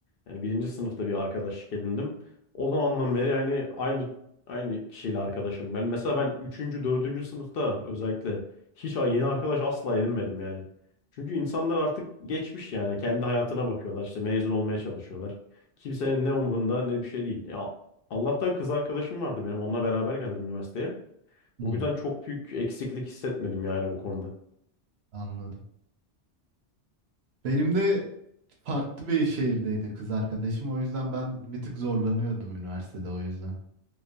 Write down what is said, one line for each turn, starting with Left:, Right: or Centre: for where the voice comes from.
Left: yani birinci sınıfta bir arkadaşlık edindim. O zamandan beri yani aynı aynı kişiyle arkadaşım. Ben mesela ben üçüncü, dördüncü sınıfta özellikle hiç yeni arkadaş asla edinmedim yani. Çünkü insanlar artık geçmiş yani kendi hayatına bakıyorlar işte mezun olmaya çalışıyorlar. Kimsenin ne umrunda ne bir şey değil. Ya Allah'tan kız arkadaşım vardı benim onunla beraber geldim üniversiteye.
Right: Hmm,
Left: O yüzden çok büyük eksiklik hissetmedim yani o konuda.
Right: anladım. Benim de farklı bir şehirdeydi kız arkadaşım. O yüzden ben bir tık zorlanıyordum üniversitede o yüzden.